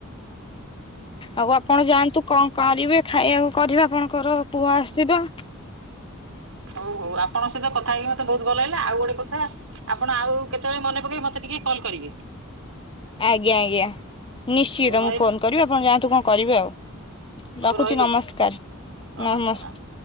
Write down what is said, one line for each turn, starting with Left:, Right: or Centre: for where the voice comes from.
Left: ଆଉ ଆପଣ ଯାଆନ୍ତୁ କଁ କରିବେ ଖାଇଆକୁ କରିବେ ଆପଣଙ୍କର ପୁଅ ଆସଚି ତ।
Right: ହଉ ହଉ ଆପଣଙ୍କ ସହିତ କଥା ହେଇକି ମତେ ବୋହୁତୁ ଭଲ ଲାଗିଲା ଆଉ ଗୋଟେ କଥା ଆପଣ ଆଉ କେତେବେଳେ ମନେ ପକେଇ ମତେ ଟିକେ କଲ୍ କରିବେ।
Left: ଆଜ୍ଞା ଆଜ୍ଞା ନିଶ୍ଚିତ
Right: ହଉ ରହିଲି
Left: ମୁଁ ଫୋନ କରିବି ଆପଣ ଯାଆନ୍ତୁ କଁ କରିବେ ଆଉ।
Right: ହଉ
Left: ଲଖୁଚି
Right: ରହିଲି
Left: ନମସ୍କାର
Right: ଆଜ୍ଞା ପ୍ରଣାମ
Left: ନମସ୍
Right: ପ୍ରଣାମ।